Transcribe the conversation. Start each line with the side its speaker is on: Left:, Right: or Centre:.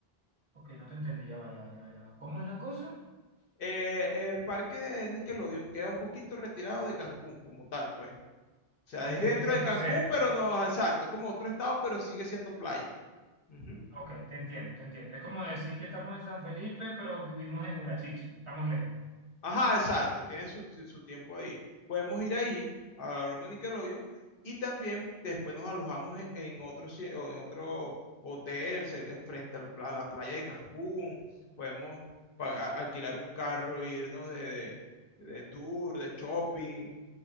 Right: Ok, no te entendí, ya va, ya va, ya va, ya va. ¿Cómo es la cosa?
Left: Eh, el parque de Nickelodeon queda un poquito retirado de Cancún como tal, pues. O sea,
Right: Ok,
Left: es dentro
Right: no
Left: de
Right: está
Left: Cancún,
Right: cerca.
Left: pero no, exacto, es como otro estado, pero sigue siendo playa. Ujú.
Right: Ok, te entiendo, te entiendo. Es como decir que estamos en San Felipe, pero vivimos en Urachiche, estamos lejos.
Left: Ajá, exacto, tiene su, su- su tiempo ahí. Podemos ir ahí, a la broma de Nickelodeon, y también después nos alojamos en, en otro, ci- o en otro hotel cer- frente al pla- a la playa de Cancún. Podemos pagar- alquilar un carro, irnos de, de- de tour, de shopping.